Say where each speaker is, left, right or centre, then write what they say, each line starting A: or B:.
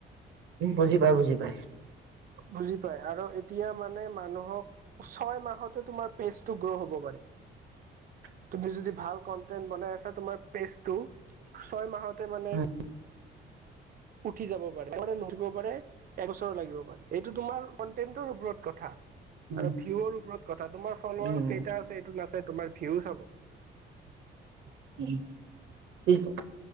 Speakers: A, on the right; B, on the right.
A: বুজি পাই বুজি পাই
B: বুজি পাই, আৰু এতিয়া মানে মানুহক ছয় মাহতে তোমাৰ পেজটো গ্ৰ' হ'ব পাৰি।
A: হয়
B: তুমি যদি ভাল কন্টেন্ট বনাই আছা তোমাৰ পেজটো ছয় মাহতে মানে,
A: উম
B: উঠি যাব পাৰে। মানে নুঠিব পাৰে। এবছৰ লাগিব পাৰে এইটো তোমাৰ কটেৰ ওপৰত কথা
A: উম
B: আৰু ভিউৰ ওপৰত কথা তোমাৰ ফলাৰছ
A: উম
B: কেইটা আছে এইটো নাচ তাতে তোমাৰ ভিউ চাব। <unintelligible>
A: উম